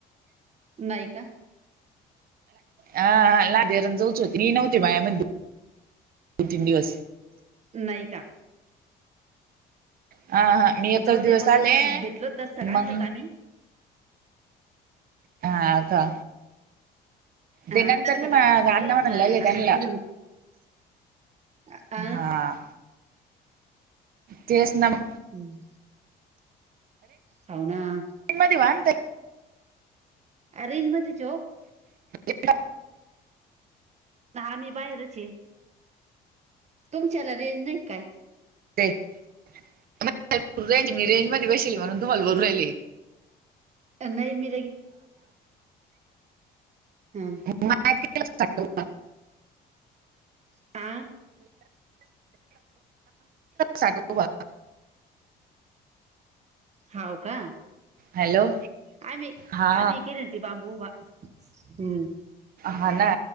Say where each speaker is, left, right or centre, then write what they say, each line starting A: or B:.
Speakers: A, on the right; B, on the right.
A: नाही का-
B: हा लादेरण जाऊच होते. मी नव्हते मल्यामध्ये दोन- तीन दिवस.
A: नाही का?
B: हा हा मी एकच
A: जाऊ
B: दिवस
A: द्या मग
B: आले
A: आता भेटल तस आणलोत
B: मग
A: आम्ही-
B: हा का?
A: हा
B: ते नंतर
A: थोडसक
B: मी मा-
A: आनल होत. आण्णा
B: अण्णा म्हणायला लागले त्यांना
A: च्या तिडुन- अ अं-
B: हा तेच ना म
A: हम्म... हव ना-
B: <unintelligible>
A: रेंज मध्यीच यो ओ-
B: <unintelligible>
A: हा मी बाहेरच ये- तुमच्याला रेंज नाही काय?
B: आहेरेंज मी रेंज मध्ये बसेल म्हणून तुम्हाला बोलू राहिले
A: नाही मी <unintelligible>
B: म मळ्यात किती वाजता <unintelligible>
A: आ....
B: साडे नऊ वाज
A: हव का?
B: हॅलो
A: आम्ही-
B: हा
A: आम्ही केले ना ते बांबू बाबु हम्म....
B: हा ना...